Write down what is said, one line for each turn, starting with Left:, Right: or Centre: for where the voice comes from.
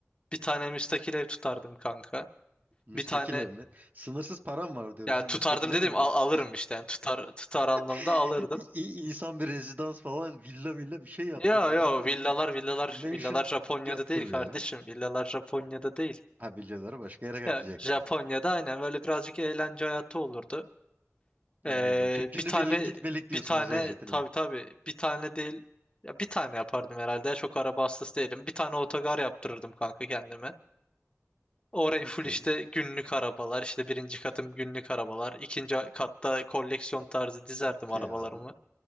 Left: bir tane müstakil ev tutardım kanka.
Right: Müstakil
Left: Bir tane
Right: ev mi? Sınırsız param var diyoruz.
Left: ya
Right: Sen
Left: tutardım
Right: müstakil ev
Left: dedim
Right: mi
Left: al-
Right: diyorsun?
Left: alırım işte yani tutar tutar anlamda
Right: <laughs>
Left: alırdım.
Right: İ- İnsan bir rezidans falan villa villa bir şey yaptırır
Left: Ya
Right: anladın
Left: ya villalar
Right: mı? Bir,
Left: villalar
Right: bir mansion
Left: villalar Japonya'da
Right: yaptırır
Left: değil kardeşim.
Right: ya.
Left: Villalar Japonya'da değil.
Right: Ha villaları başka yere yapacaksın.
Left: Ya Japonya'da aynen böyle birazcık eğlence hayatı olurdu. Ee,
Right: Anladım. Şey, günübirlik
Left: bir tane
Right: gitmelik diyorsun
Left: bir tane
Right: özel jetinle.
Left: tabii tabii bir tane değil ya bir tane yapardım herhalde. ya, Çok araba hastası değilim. Bir tane otogar yaptırırdım kanka kendime. Orayı
Right: Okey.
Left: full işte günlük arabalar işte birinci katım günlük arabalar. ikinci katta koleksiyon tarzı dizerdim
Right: Ki
Left: arabalarımı.
Right: abi.